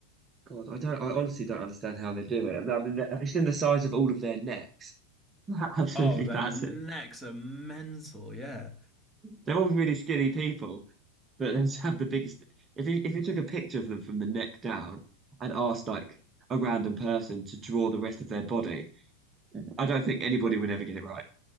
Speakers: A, on the right; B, in the centre.
A: God, I don't. I honestly don't understand how they do it. I mean, have you seen the size of all of their necks? <laughs> Absolutely
B: Oh, their
A: massive.
B: necks are mental. Yeah.
A: They're all really skinny people, but they just have the biggest. If you if you took a picture of them from the neck down and asked like a random person to draw the rest of their body I don't think anybody would ever get it right.